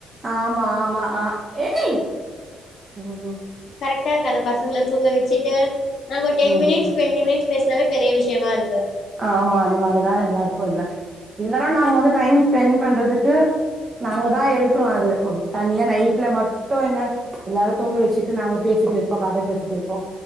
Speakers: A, on the right (about 30°); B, on the left (about 65°).
A: ஆமா ஆமா அ ஏய் ம் ம்
B: கரெக்டா இருக்கு அத பசங்கள தூங்க வெச்சுட்டு நாங்க ஒரு டென்
A: ம்
B: மினிட்ஸ்
A: ம்
B: ட்வெண்டி மினிட்ஸ் பேஸ்னாவே பெரிய விஷியமா இருக்
A: ஆமா அந்த மாரிதா எல்லாருக்கு இங்க இருந்தாலு நாங்க வந்து டைம் ஸ்பெண்ட் பண்றதுக்கு நாங்க தா எடுக்ணு அது ஓ தனியா நைட்ல மட்டு என்ன எல்லாரு தூங்க வச்சுட்டு நாங்க பேஸிட்டு இருப்போ கத பேஸிட்டு இருப்போ